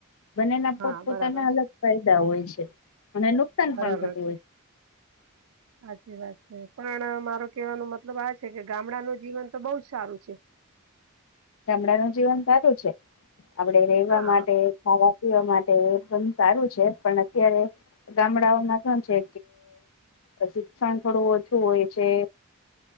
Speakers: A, on the left; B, on the right.
A: બંનેના પોતપોતાના
B: હા બરાબર
A: અલગ
B: છે
A: ફાયદા હોય છે અને નુકસાન
B: બરાબર
A: પણ થતું
B: છે
A: હોય
B: સાચી વાત છે પણ મારો કેવાનું મત મતલબ આ છે કે ગામડાનું જીવન તો બહુ જ સારું છે.
A: ામડાંનું જીવન સારું છે આપડે રહેેવા
B: હા
A: માટે ખાવાતીઓ માટે એ સારું છે પણ અત્યારે ગામડાઓમાં શું છે. કે શિક્ષણ થોડું ઓછું હોય છે